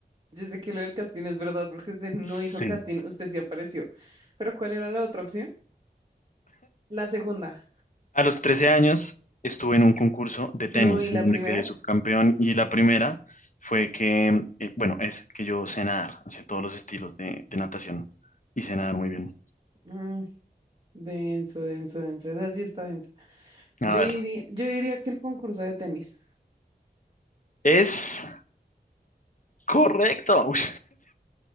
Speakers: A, on the right; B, on the left.
A: Yo sé que lo del casting es verdad porque usted no
B: Sí.
A: hizo casting, usted sí apareció. Pero ¿cuál era la otra opción? La segunda.
B: A los trece años estuve en un concurso de tenis
A: No, y la
B: en donde
A: primera.
B: quedé subcampeón y la primera fue que, eh, bueno, es que yo sé nadar, sé todos los estilos de, de natación y sé nadar muy bien.
A: Mm, denso, denso, denso. Esa sí está densa. Yo
B: A
A: diría,
B: ver,
A: yo diría que el concurso de tenis.
B: es correcto. <laughs> Uy,